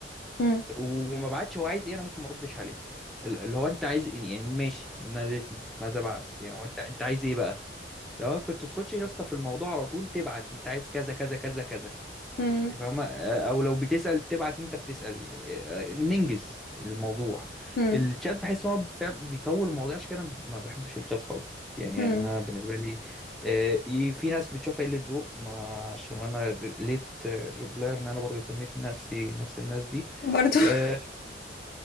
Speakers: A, on the left; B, in the centre.
A: هم
B: وما بعتش هو عايز ايه انا ممكن ما اردش عليه ال- اللي هو انت عايز ايه يعني ماشي نادتني ماذا بعد يعني هو انت انت عايز ايه بقى لو انا كنت تخش يا اسطى في الموضوع على طول تبعت انت عايز كذا كذا كذا كذا
A: هم
B: انت فاهمه آه، او لو بتسأل تبعت انت بتسأل آه، آه، ننجز الموضوع
A: هم
B: الشات بحس ان هو فعلا بيطول الموضوع عشان كده انا ما بحبش الشات خالص يعني
A: هم
B: انا بالنسبه لي آه، ي- في ناس بتشوفها قله ذوق ما- عشان انا ليت ريبلاير ان انا برضه سميت نفسي نفس الناس دي
A: برضو
B: آه،
A: <laughs>